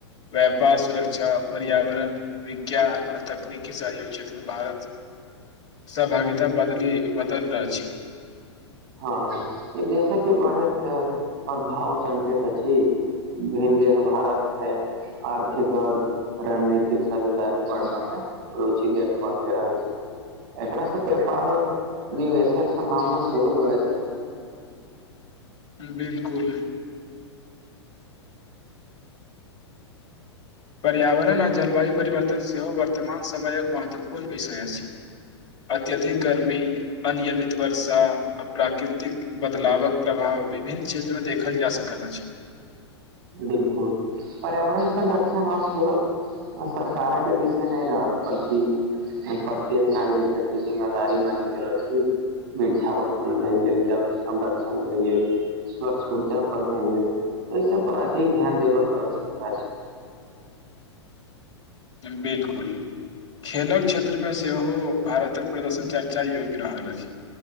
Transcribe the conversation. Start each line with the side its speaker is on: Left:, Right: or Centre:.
Left: व्यापार सुरक्षा पर्यावरण विज्ञान आर तकनीकी सहयो क्षेत्रमे भारत सहभागिता बदलि बदल रहल अछि
Right: हँ ई देश के बढ़ैत प्रभाव संकेत अछि भिन्न देश भारत से आर्थिक और रणनीतिक साझेदारी बढ़बामे रुचि देखबाका के रहल छथिन एकरा से व्यापार आऔर निवेश सम्भावना सेहो बढैत अछि
Left: बिलकुल पर्यावरण आ जलवायु परिवर्तन सेहो वर्तमान समय एक महत्वपूर्ण विषय अछि अत्यधिक गर्मी अनियमित वर्षा आ प्राकृतिक बदलावक प्रभाव विभिन्न क्षेत्र मे देखल जा सकैत अछि
Right: बिलकुल पर्यावरण संरक्षण आब केवल सरकारेक विषय नहि रहल बल्कि प्रत्येक नागरिकति अथि जिम्मेदारी बनी गेलल छी वृक्षारोपण भए गेल जल संरक्षण भए गेल स्वच्छ ऊर्जा पर भए गेल तऽ ई सब पर अधिक ध्यान देबके आवश्यकता छै
Left: बिलकुल खेलक क्षेत्रमे सेहो भारतक प्रदर्शन चर्चा योग्य रहल अछि